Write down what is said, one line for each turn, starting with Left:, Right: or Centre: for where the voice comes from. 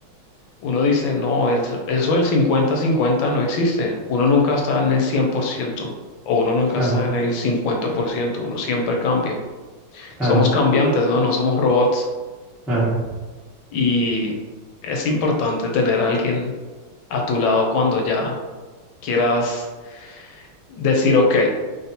Left: Uno dice, no, el- eso del cincuenta cincuenta no existe. Uno nunca está en el 100% o uno nunca
Centre: claro,
Left: está en el cincuenta por ciento Uno siempre cambia.
Centre: claro,
Left: Somos cambiantes, ¿no? No somos robots.
Centre: claro,
Left: Y es importante tener a alguien a tu lado cuando ya quieras decir, ok,